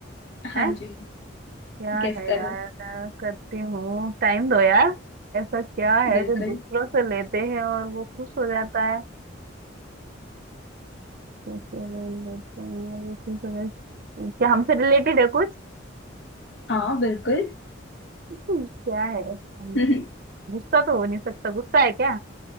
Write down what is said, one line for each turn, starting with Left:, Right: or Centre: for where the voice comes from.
Left: हाँ
Right: हैं
Left: जी
Right: क्या
Left: गेस
Right: है
Left: करो
Right: यार आ, करती हूँ टाइम दो यार ऐसा क्या है
Left: बिल्कुल
Right: जो दूसरों से लेते हैं और वो खुश हो जाता है आ, दूसरों से लेते हैं और वो खुश हो जाता है। क्या हमसे रिलेटेड है कुछ
Left: हाँ बिल्कुल
Right: क्या है ऐसा?
Left: <laughs> नहीं
Right: गुस्सा तो हो नहीं सकता गुस्सा है क्या